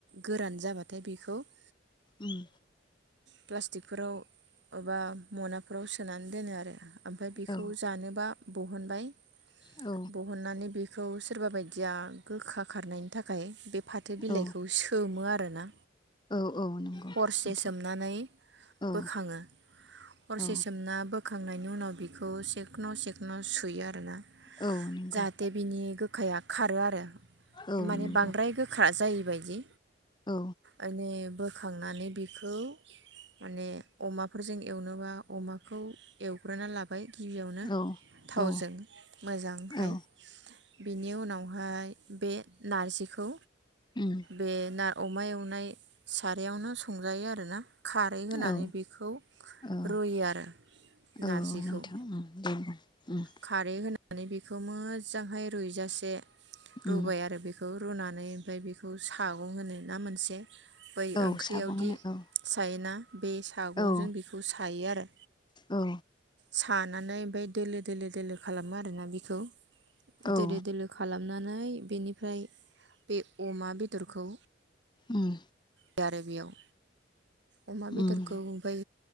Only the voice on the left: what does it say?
उम
औ
औ
औ
औ औ नंगौ
नोंथां
औ
औ
औ नंगौ
औ
नंगौ
औ
औ
औ
औ
उम
औ
औ
औ
नोंथां उम दे बुं उम
उम
औ
सागं होनो औ
औ
औ।
औ
उम।
उम